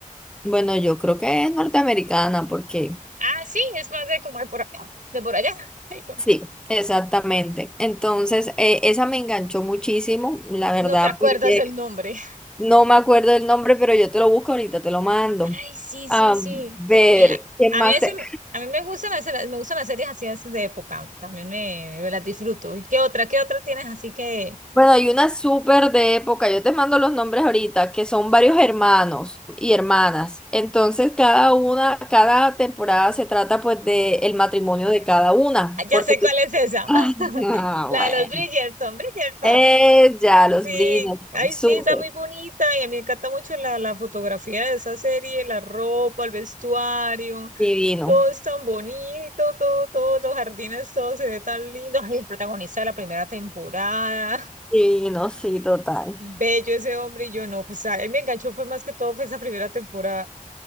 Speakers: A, in the centre; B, on the right.
A: Bueno, yo creo que es norteamericana porque
B: Ah, sí, es más de como de por, de por allá. <laughs> Ay, no
A: sí, exactamente. Entonces, eh, esa me enganchó muchísimo, la verdad,
B: no te acuerdas
A: porque
B: del nombre.
A: no me acuerdo el nombre, pero yo te lo busco ahorita, te lo mando.
B: Ay, sí, sí,
A: A
B: sí.
A: ver,
B: Mira,
A: ¿qué
B: a
A: más
B: a mí a veces,
A: te...
B: me- a mí me gustan las, las- me gustan las series así a veces de época. También me, me las disfruto. ¿Y qué otra? ¿Qué otra tienes? Así que
A: Bueno, hay una súper de época, yo te mando los nombres ahorita, que son varios hermanos y hermanas. Entonces, cada una, cada temporada se trata pues de el matrimonio de cada una,
B: Ah, ya
A: porque
B: sé
A: tú...
B: cuál es esa.
A: <laughs> Ay,
B: <laughs>
A: no,
B: La
A: bueno.
B: de los Bridgerton, Bridgerton.
A: Eh, ya, los
B: Sí,
A: Bridgerton,
B: ay,
A: súper,
B: sí, está muy bonita y a mí me encanta mucho la, la fotografía de esa serie, la ropa, el vestuario,
A: divino,
B: todo es tan bonito, todo, todo, los jardines, todo se ve tan lindo. Ay, el protagonista de la primera temporada, <laughs>
A: divino, sí, total.
B: bello ese hombre y yo no, pues a él me enganchó fue más que todo fue esa primera temporada.